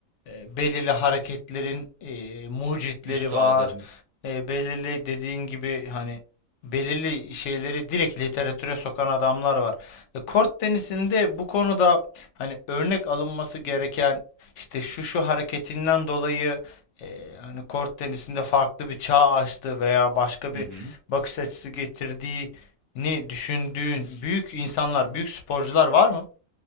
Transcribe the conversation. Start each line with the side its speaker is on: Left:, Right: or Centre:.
Left: e, belirli hareketlerin e, mucitleri
Right: Üstadı.
Left: var. E, belirli dediğin gibi hani belirli şeyleri direkt literatüre sokan adamlar var. E, kort tenisinde bu konuda hani örnek alınması gereken işte şu şu hareketinden dolayı e, hani kort tenisinde farklı bir çağ açtı veya başka
Right: Hı
Left: bir
Right: hı.
Left: bakış açısı getirdiğini düşündüğün büyük insanlar, büyük sporcular var mı?